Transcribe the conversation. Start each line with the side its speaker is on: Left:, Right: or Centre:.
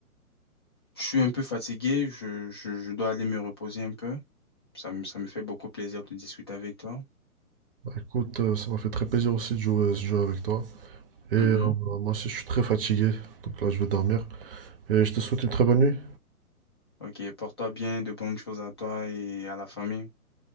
Left: je suis un peu fatigué. Je, je, je dois aller me reposer un peu. Ça me, ça me fait beaucoup plaisir de discuter avec toi.
Right: Bah, Écoute, euh, ça m'a fait très plaisir aussi de jouer à ce jeu avec toi. Et euh,
Left: Mhm.
Right: moi aussi, je suis très fatigué, donc là, je vais dormir. Et je te souhaite une très bonne nuit.
Left: Ok, porte-toi bien, de bonnes choses à toi et à la famille.